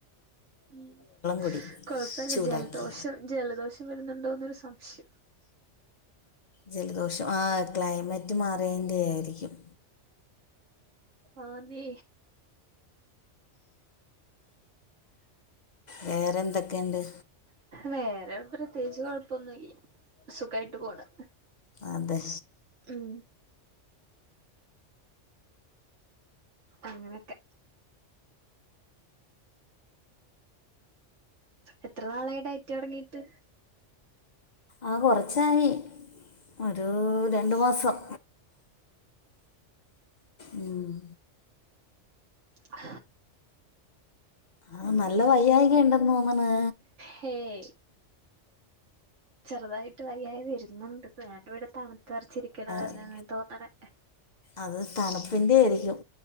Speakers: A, on the right (about 75°); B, on the left (about 45°).
A: ഉം..
B: കുടി
A: കൊഴപ്പമില്ല
B: ചൂടാക്കി
A: ജലദോഷം, ജലദോഷം വരുന്നുണ്ടോന്ന് എന്നൊരു സംശയം
B: ജലദോഷം, ആ... ക്ലൈമറ്റുമാറിയേന്റെ യായിരിക്കും.
A: ആന്നേ
B: വേറെ എന്തൊക്കെയുണ്ട്.
A: വേറെ പ്രത്യേകിച്ച് കൊഴപ്പൊന്നുമില്ല സുഖായിട്ട് പോണ്
B: അതെ
A: ഉം അങ്ങനെയൊക്കെ എത്ര നാളായി ഡയറ്റ് തുടങ്ങീട്ട്
B: ആ കൊറച്ചായി ഒരു രണ്ടു മാസം മ്മ് മ്മ്
A: ആ
B: ആ നല്ല വയ്യായ്ക ഇണ്ടന്ന് തോന്നന്ന്
A: ഹേയ് ചെറുതായിട്ട് വയ്യായിക വരുന്നുണ്ട് ഞാനിവിടെ തണുത്തു വെറ ച്ചിരിക്കണ കാരണ
B: ആ,
A: അങ്ങനെ തോന്നണെ
B: അത് തണുപ്പിന്റെ ആയിരിക്കും